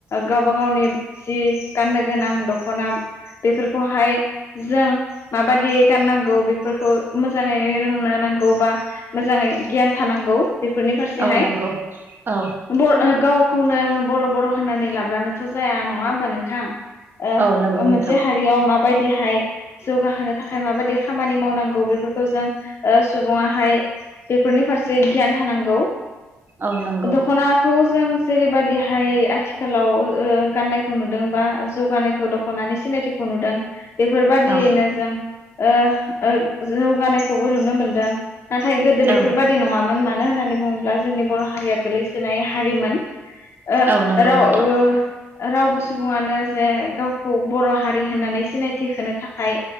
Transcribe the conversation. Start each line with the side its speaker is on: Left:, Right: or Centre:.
Left: गावबा गावनि जि गाननो गोनां दख'ना बेफोरखौहाय जों माबादियै गाननांगौ बेफोरखौ मोजाङै रोंनो नांगौ बा मोजाङै गियान थानांगौ बेफोरनि फारसेहाय
Right: औ नंगौ औ
Left: बर अ गावखौनो ओ बर' बर' होननानै लाब्लानोथ' जाया नङा होमबा नोंथां ओ
Right: औ नंगौ
Left: मोनसे
Right: नोंथां
Left: हारियाव माबाय बि हाय जौगाहोनो थाखाय माबादि खामानि मावनां खो फोरखौ जों ओ सुबुंआ हाय बेफोरनि फारसे से गियान थानांगौ।
Right: औ नंगौ
Left: दख'नाखौ जों जेरैबादिहाय आथिखालाव ओ गाननायखौ नुदों बा जौगानायखौ दख'नानि सिनायथिखौ नुदों। बेफोरबादियैनो
Right: औ
Left: जों ओ ओ जौगानायखौबो नुनो मोनदों नाथाय गोदो बेफोरबादि
Right: औ
Left: नंङामोन मानो होननानै बुंङोब्ला जोंनि बर' हारिया गोग्लैसोनाय हारिमोन। ओ
Right: औ नंगौ
Left: राव
Right: नोंथां
Left: रावबो सुबुंङानो जे गावखौ बर' हारि होननानै सिनायथि होनो थाखाय